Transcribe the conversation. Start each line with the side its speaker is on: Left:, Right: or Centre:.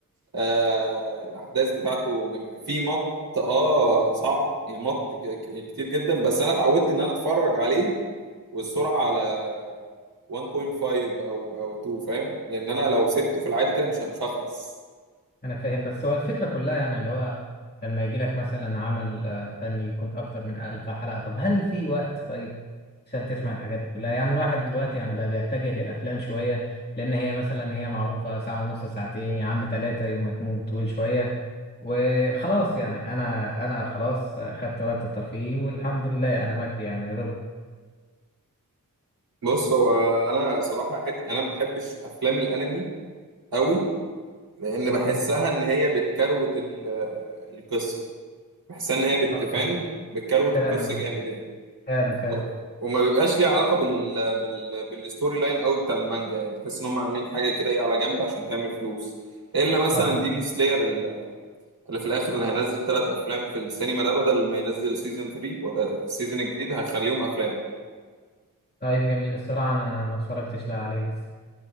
Right: آه، الاحداث بتاعته جم... في مط اه صعب يعني مط ج- ك- كتير جدا بس انا اتعودت ان انا اتفرج عليه والسرعة على 1.5 او او 2 فاهم لان انا لو سبته في العادي كده مش ه- مش هخلص
Left: انا فاهم بس هو الفكره كلها يعني اللي هو لما يجي لك مثلا عمل آه، فني يكون اكتر من ألف حلقه طب هل في وقت طيب عشان تسمع الحاجات دي كلها يعني الواحد دلوقتي يعني بقى بيتجه للافلام شويه لان هي مثلا هي معروفه ساعه ونص ساعتين يا عم ثلاثه يوم ما يكون طويل شويه وخلاص يعني انا انا خلاص آه، خدت وقت الترفيه والحمد لله انا مكفي يعني رضا
Right: بص هو انا صراحة حت... انا ما بحبش افلام الانمي قوي لان
Left: جميل
Right: بحسها ان هي بتكروت ال- القصة بحسها ان هي بتفهم
Left: اه آه،
Right: بتكروت
Left: فعلا
Right: القصه
Left: اه
Right: جامد يعني
Left: فعلا فعلا
Right: و- وما بيبقاش ليه علاقه بال... بال... بالستوري لاين قوي بتاع المانجا يعني بتحس ان هم عاملين حاجه كده ايه على جنب عشان تعمل فلوس الا مثلا
Left: اه
Right: ديمون سلاير اللي في الاخر اللي هينزل ثلاث افلام في السينما ده بدل ما ينزل سيزون 3 ولا السيزون الجديد هيخليهم افلام
Left: طيب جميل الصراحه انا ما اتفرجتش لا عليه لسه